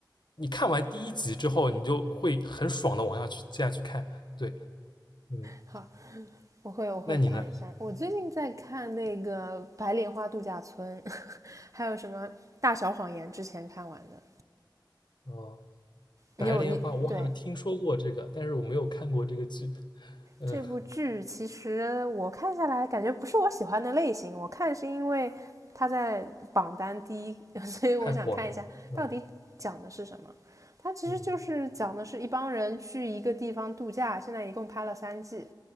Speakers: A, on the left; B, on the right.
A: 你看完第一集之后，你就会很爽的往下去接下去看。对，嗯，
B: 好，我会我会看一下。
A: 那你呢？
B: 我最近在看那个《白莲花度假村》，<laughs> 还有什么《大小谎言》，之前看完的。
A: 嗯白莲花，
B: 你有你对
A: 我好像听说过这个，但是我没有看过这个剧。嗯，
B: 这部剧其实我看下来感觉不是我喜欢的类型，我看是因为它在榜单第一，<laughs> 所以我想看一下到底讲的是什么。
A: 太火了。嗯
B: 它其实就是讲的是一帮人去一个地方度假，
A: 嗯
B: 现在一共拍了三季。